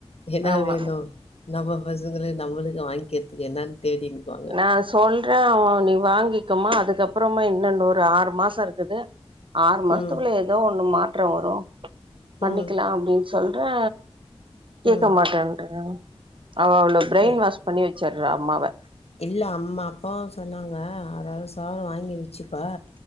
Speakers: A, on the left; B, on the right.
A: என்னா
B: ஆமா
A: வேணு நம்ம பசுங்குளே நம்முளுக்கு வாங்கற்துக்கு என்னான் தேடினுக்குவா
B: நா சொல்றே அவு நீ வாங்கிக்கமா அதுக்கப்புறமா இன்னொன் ஒரு ஆறு மாச இருக்குது ஆறு மாஸ்த்துக்குள்ள
A: ம்
B: எதோ ஒன்னு மாற்றோ வரு பண்ணிக்கிலா
A: ம்
B: அப்டின் சொல்ற கேக்க
A: ம்
B: மாட்டேன்றா அவ அவளோ பிரைன்
A: ஏ
B: வாஷ் பண்ணி வக் ச்சற்ற அம்மாவ
A: இல்ல அம் அப்பாவு சொன்னாங்க அரஅர சவர வாங்கி வெச்சுக்வ